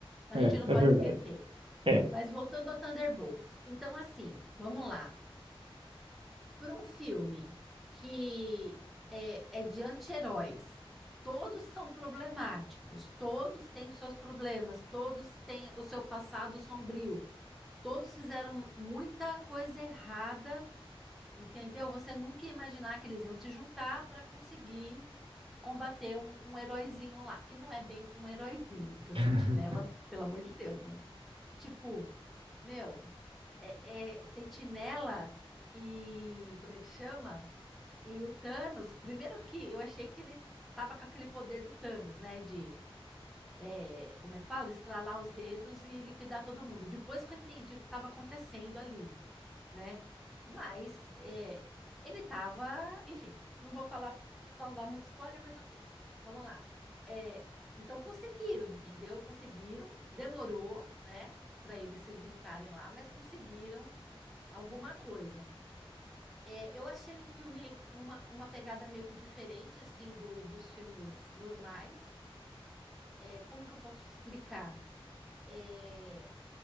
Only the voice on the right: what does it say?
É,
é
verdade.
É.
<laughs>